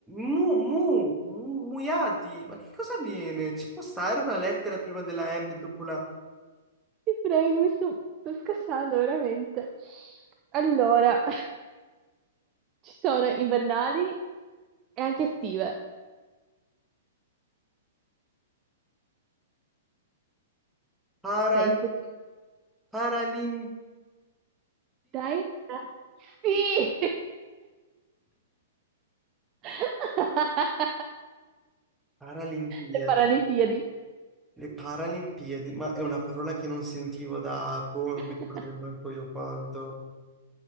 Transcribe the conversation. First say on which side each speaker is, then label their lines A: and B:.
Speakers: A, in the centre; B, on the right.
A: mu, mu, mu- muiadi. Ma che cosa avviene? Ci può stare una lettera prima della M e dopo la
B: Ti prego, mi sto, sto scassando veramente. Allora. Ci sono invernali e anche estive.
A: Parali-
B: Pensaci.
A: Paralimpiadi.
B: Dai? Ah, Sì! <laughs>
A: Paralimpiadi.
B: Le Paralimpiadi.
A: Le Paralimpiadi. Ma è una parola che non sentivo da, boh, non
B: <laughs>
A: mi ricordo neanche io quanto.